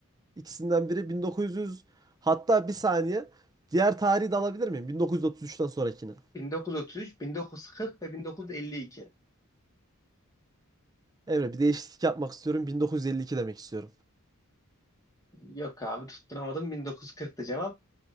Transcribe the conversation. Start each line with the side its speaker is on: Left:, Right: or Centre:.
Right: ikisinden biri 1900 hatta bir saniye diğer tarihi de alabilir miyim? 1933'ten sonrakini.
Left: 1933, 1940 ve 1952.
Right: Emre bir değişiklik yapmak istiyorum. 1952 demek istiyorum.
Left: Yok abi tutturamadım. 1940'tı cevap.